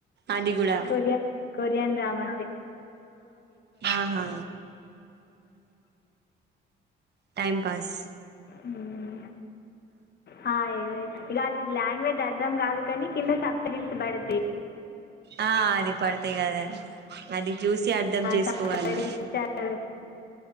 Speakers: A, on the right; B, on the left.
A: అది గూడా
B: కొరియన్ కొరియన్ డ్రామాసే
A: ఆహా టైం పాస్
B: ఉమ్ హాయిగ ఇగ అది లాంగ్వేజ్ అర్థం గాదు గానీ కింద సబ్ టిల్స్ బడ్
A: ఆ అది పడ్డాయి గదా జూసి అర్ధం చేసుకోవాలి
B: సంప్రదించారు